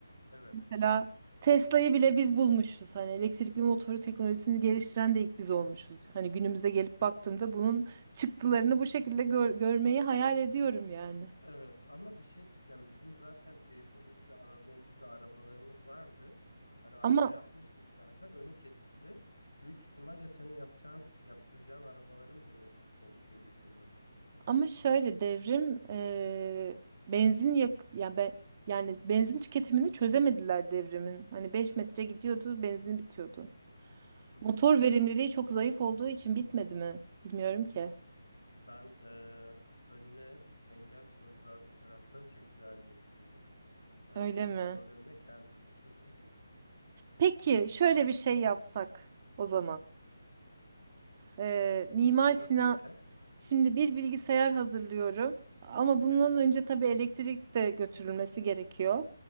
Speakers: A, on the left; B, on the right.
A: Evet.
B: Mesela Tesla'yı bile biz bulmuşuz. Hani elektrikli motoru teknolojisini geliştiren de ilk biz olmuşuz. Hani günümüze gelip baktığımda bunun çıktılarını bu şekilde gör- görmeyi hayal ediyorum yani.
A: Evet ama bir şey diyeceğim. Bizim zaten devrim gibi Anadolu gibi arabalarımız vardı. Hani araba
B: Ama
A: yapmıştık zaten. Önü kesildi. Büyük ihtimalle senin yapacağın, yaptıracağın arabaların da önü kesilir diye düşündüm.
B: ama şöyle devrim eee, benzin yak yani ben yani benzin tüketimini çözemediler devrimin. Hani 5 metre gidiyordu, benzin bitiyordu.
A: Hı hı.
B: Motor verimliliği çok zayıf olduğu için bitmedi mi? Bilmiyorum ki.
A: Ben eee, önüne engel koydular, operasyon çektiler diye düşündüm. Yani
B: Öyle
A: benzin
B: mi?
A: problemi ne ki her türlü çözülür yani.
B: Peki şöyle bir şey yapsak o zaman. Ee,
A: Hı?
B: Mimar
A: Nasıl
B: Sinan
A: bir şey?
B: şimdi bir bilgisayar hazırlıyorum ama bundan
A: Evet.
B: önce tabii elektrik de götürülmesi gerekiyor.